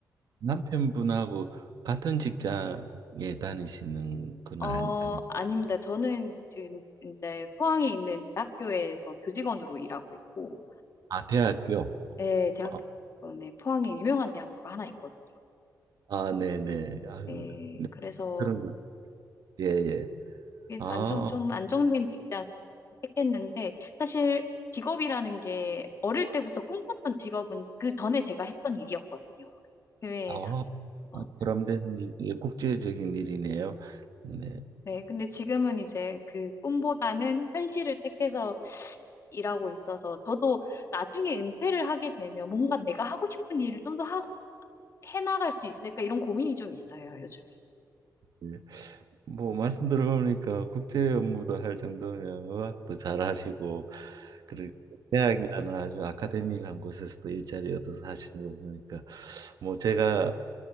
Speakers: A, on the right; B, on the left.
A: 남편분하고 같은 직장에 다니시는 건
B: 어,
A: 아니, 아니,
B: 아닙니다. 저는 지금 이제 포항에 있는 대학교에서 교직원으로 일하고 있고
A: 아, 대학교.
B: 예, 대학원에
A: 아,
B: 포항에 유명한 대학교가 하나 있거든요.
A: 아, 네네. 아유,
B: 예, 그래서
A: 그런 예, 예.
B: 그게
A: 아,
B: 안정 좀 안정된 직장 택했는데 사실 직업이라는 게 어릴 때부터 꿈꿨던 직업은 그 전에 제가 했던 일이었거든요. 교회에
A: 아,
B: 다니면서.
A: 아, 보람된 일, 예, 국제적인 일이네요. 네.
B: 네, 근데 지금은 이제 그 꿈보다는 현실을 택해서 일하고 있어서 저도 나중에 은퇴를 하게 되면 뭔가 내가 하고 싶은 일을 좀 더 해나갈 수 있을까 이런 고민이 좀 있어요, 요즘에.
A: 예. 뭐, 말씀 들어보니까 국제 업무도 할 정도면 의학도 잘 하시고, 그리고 대학이라는 아주 아카데미한 곳에서도 일자리 얻어서 하시는 거 보니까, 뭐, 제가